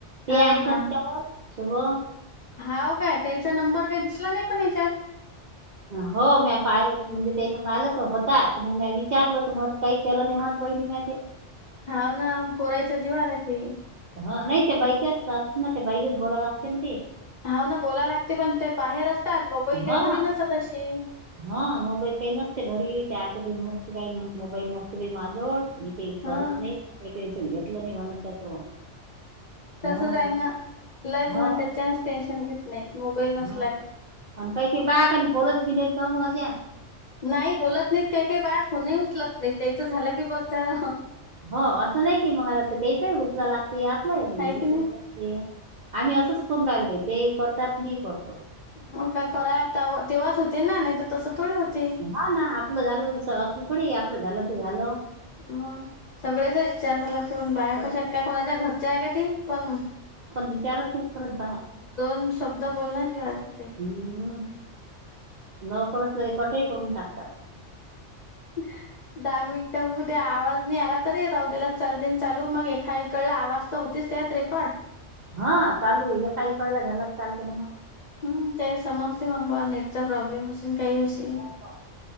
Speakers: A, on the right; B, on the left.
A: ते
B: हा
A: आहेत
B: हा
A: ना तिच्यावर शुभम.
B: हाव काय त्याचा नंबर काही दिसला नाही पण याच्यात
A: हो म पाहिल म्हणजे त्यांनी पाहिलं तर होता मग म विचारल तर मग <unintelligible> काही केलं नाही म्हणतं बहिणी म्या ते
B: हाव ना बोलायचं जीवावर येते.
A: हा नाही ते बाईच्याच ना ते बाईलाच बोलाव लागते ना ते.
B: हा ना बोलाय लागते पण ते बाहेर असतात मोबाईल
A: हा
B: काही घरी नसत असे
A: हा मोबाईल काही नसते घरी ते आत्या बाई म्हणतते काही म्हणे मोबाईल नसते बाई माझ्याजवळ मी ते करत
B: हा
A: नाही काही टेन्शन घेतलं नाही म्हणत त्याच
B: तसच
A: हा
B: हाय ना लय
A: हा
B: जण त्याच्यात टेन्शन घेत नाही मोबाईल नसला
A: हा
B: की.
A: आणि काही की बाया काणि बोलत बी नाहीत ना मह्याशा
B: नाही बोलत नाहीत काही काही बाया फोनही उचलत नाहीत त्यायच झालं की बर झालं
A: हो असं नाही की मग आता तेच उचला लागते आपला उचलता
B: आहे की नाही
A: ते आम्ही असंच करून राहिलो बाई ते करतात मी करतो.
B: मग का करंता तेव्हाच होते ना नाही तर तसं थोडी होते?
A: हा ना आपलं झालं अस थोडी आहे आपलं झालं ते झालं.
B: मग? सगळेच विचारायला लागते पण बाया
A: सगळं-
B: कशात काय कोणाच्या घरच आहे का ते पण
A: विचाराच कुठपर्यंत हाय.
B: दोन शब्द बोल ना जीव्हारी
A: हम्म. लवकरच लगे कटही करून टाकतात.
B: दहा मिनिटं होवू द्या आवाज. नाही आला तरी राहू दे, चालतंय चालू मग <unintelligible> रेकॉर्ड.
A: हां चालू ये एका एककडला, झाल तर‌ चालत ना मग.
B: हम ते समजते मग बा, नेटचा प्रॉब्लेम असेन काही असेन.
A: हो का?